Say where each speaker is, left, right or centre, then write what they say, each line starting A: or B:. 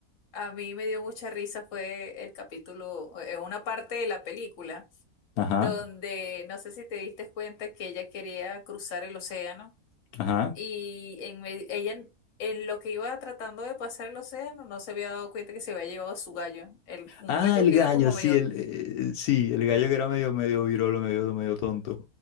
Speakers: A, on the left; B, on the left.
A: A mí me dio mucha risa, fue el capítulo, eh, una parte de la película
B: Ajá,
A: donde no sé si te diste cuenta que ella quería cruzar el océano
B: ajá.
A: y en me- ella en en lo que iba tratando de pasar el océano no se había dado cuenta que se había llevado a su gallo, el, un
B: Ah,
A: gallo
B: el
A: que
B: gallo,
A: era como
B: sí,
A: medio
B: el, eh, sí, el gallo que era medio, medio virolo, medio, medio tonto.